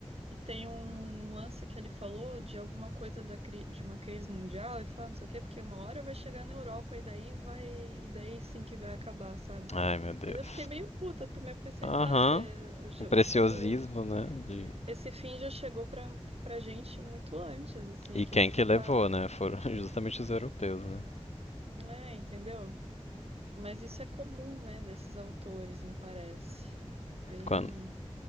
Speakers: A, on the right; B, on the left.
A: E tem um lance que ele falou de alguma coisa da cri- de uma crise mundial, e fala, não sei o quê, porque uma hora vai chegar na Europa e daí vai, e daí sim que vai acabar, sabe?
B: Ai, meu Deus.
A: E eu fiquei meio puta também, eu pensei,
B: Aham.
A: tá, cê- já-
B: O preciosismo,
A: o fim do.
B: né? De...
A: Esse fim já chegou pra, pra gente muito antes, assim,
B: E
A: o que
B: quem
A: que você
B: que levou,
A: tá.
B: né? Foram <laughs> justamente os europeus, né?
A: É, entendeu? Mas isso é comum, né, desses autores, me parece. Bem
B: Quando,